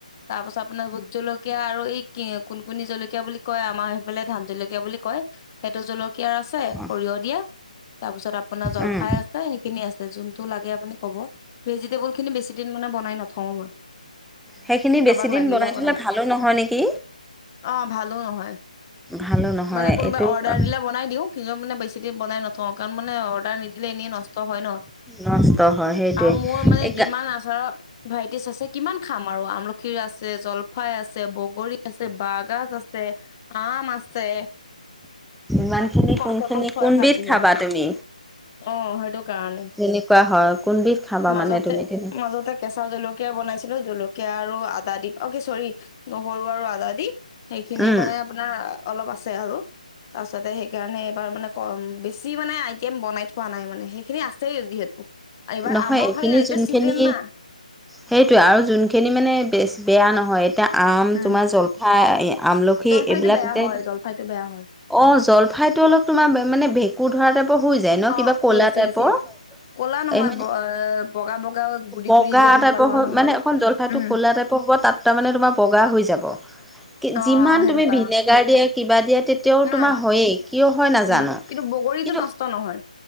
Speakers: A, on the left; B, in the centre.
A: তাৰপাছত আপোনাৰ ভোট জলকীয়া আৰু এই কি কোনকোণী জলকীয়া বুলি কয়, আমাৰ সেইফালে ধান জলকীয়া বুলি কয়। সেইটো জলকীয়াৰ আছে
B: অ'
A: সৰিয়হ দিয়া। তাৰপিছত আপোনাৰ জলফাই
B: উম।
A: আছে সেইখিনি আছে। যোনতটো লাগে আপুনি কব। ভেজিটেবল খিনি বেছি দিন মানে বনাই ন থ'ও ম'ই।
B: সেইখিনি
A: কাৰোবাক
B: বেছিদিন
A: লাগিলে
B: বনাই থ'লে
A: দিওঁ
B: ভালো নহয় নেকি?
A: অ ভালো নহয়,
B: ভালো নহয়
A: মানে কোনোবাই
B: এইটো
A: অৰ্ডাৰ দিলে বনাই দিওঁ। নিজৰ মানে বেছি দেৰি বনাই নথওঁ, কাৰণ মানে অৰ্ডাৰ নিদিলে এনেই নষ্ট হয় ন।
B: নষ্ট হয় সেইটোৱে
A: আৰু মোৰ মানে
B: এই গা
A: দিমান আচাৰত ভাৰাইটিজ আছে কিমান খাম আৰু আমলখিৰ আছে, জলফাই আছে, বগৰী আছে, বাঁহগাজ আছ ছে, আম আছে।
B: ইমানখিনি
A: কমচে
B: কোনখিনি
A: কম ছয়
B: কোনবিধ
A: সাত বিঘান
B: খাবা তুমি?
A: অ সেইটো কাৰণে
B: তেনেকুৱা হয়, কোনবিধ খাবা
A: মাজতে
B: মানে তুমি তেনেকে।
A: মাজতে কেঁচা জলকীয়া বনাইছিলো জলকীয়া আৰু আদা দি অ কি চৰি নহৰু আৰু আদা দি। সেইখিনি
B: উম
A: মানে আপোনাৰ অলপ আছে আৰু, তাছতে সে সেইকাৰণে এইবাৰ মানে কম, বেছি মানে আইটেম বনাই থোৱা নাই মানে, সেইখিনি আছেই যিহেত এইবাৰ
B: নহয়
A: আমৰ
B: এইখিনি
A: খালি এতিয়া
B: যোনখিনি
A: চিজেন না।
B: সেইটোৱে আৰু যোনখিনি মানে বেছ বেয়া নহয়। এতিয়া আম
A: উম
B: তোমাৰ জলফাই, আমলখি
A: জলফাইটো
B: এইবিলাক
A: বেয়া
B: তে
A: হয় জলফাইটো বেয়া হয়
B: অঁ জলফাইটো অলপ তোমাৰ মানে ভেঁকুৰ ধৰা টাইপৰ হৈ যায় ন,
A: অ
B: কিবা ক'লা
A: য়েছ
B: টাইপৰ!
A: য়েছ য়েছ কলা নহয়
B: এই মানে,
A: ব এ বগা বগা গুৰি
B: বগা
A: গুৰি যে সেনেকুৱা
B: টাইপৰ
A: ধৰণৰ
B: হৈ
A: হয়
B: মানে এখন জলফাইতটো
A: উম
B: কলা টাইপৰ হ'ব তাত তাৰ মানে তোমাৰ বগা হৈ যাব। কি
A: অ
B: যিমান
A: সেনেকুৱা
B: তুমি ভিনেগাৰ দিয়া, কিবা দিয়া, তেতিয়াও
A: অ অ
B: তোমাৰ হয়েই। কিয় হয় নাজানো,
A: উম কিন্তু বগৰীটো
B: কিন্তু
A: নষ্ট নহয়